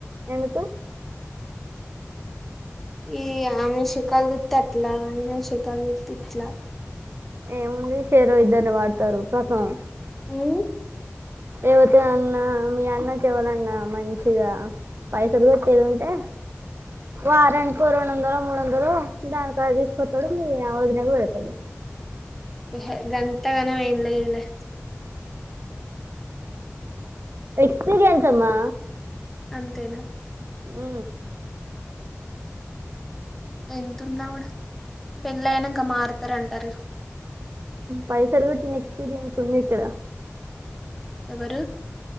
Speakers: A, on the right; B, in the centre.
A: ఎందుకు
B: ఈ ఆమె శికల్ దిదే తట్లా ఈన శికాల దిదే ఇట్ల
A: ఏముంది షేర ఇద్దని పార్థతారు కథం
B: హు
A: ఎవర్త్ అన్నా మీ అన్నకి ఎవ్వాలన్నా మంచిగా పైసలు కొట్టేది ఉంటే వారానికి రెండు వందలో మూడు వందలో దానికద తీసుకొతాడు మీ వదినా పెడతాడు
B: ఏహే గంతగనం ఏమీలేదు లే
A: ఎక్స్పీీరియన్స్ అమ్మా
B: అంతేనా
A: హు
B: ఎంతతున్నా కూడా పెళ్ళయినా మారుతారంటారు.
A: పైసలు కటిన్ ఎక్స్పీరియన్స్ ఉందిక్కదా
B: ఎవరు